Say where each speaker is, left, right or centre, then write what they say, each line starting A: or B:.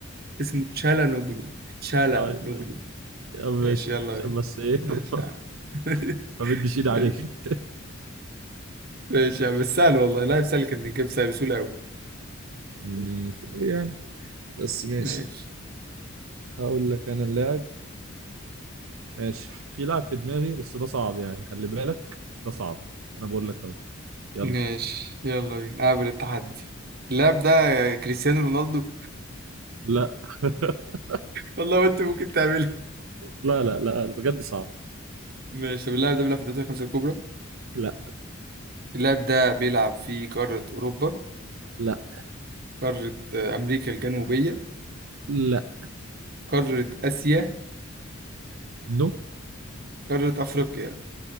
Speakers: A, on the right; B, on the right.
A: اسمه تشالانوجلو تشالانوجلو
B: طيب ماشي يا عم
A: ماشي
B: ماشي
A: يلا
B: عشان
A: بينا
B: بس ايه
A: ماشي يا عم
B: <laughs>
A: <laughs>
B: ما بديش ايد
A: ماشي
B: عليك
A: ماشي يا عم بس سهل والله لا سهل كان يتجاب سهل بسهولة أوي
B: مم، يعني بس ماشي
A: ماشي
B: هقول لك انا اللاعب ماشي في لاعب في دماغي بس ده صعب يعني خلي بالك ده صعب انا بقول لك اهو يلا
A: ماشي يلا بينا قابل التحدي اللاعب ده كريستيانو رونالدو
B: لا <laughs>
A: والله قلت ممكن تعملها <laughs>
B: لا لا لا بجد صعب
A: ماشي طب اللاعب ده بيلعب في الدوري الخمسة الكبرى
B: لا
A: اللاعب ده بيلعب في قارة أوروبا
B: لا
A: قارة آه، أمريكا الجنوبية
B: لا
A: قارة آسيا
B: نو
A: قارة أفريقيا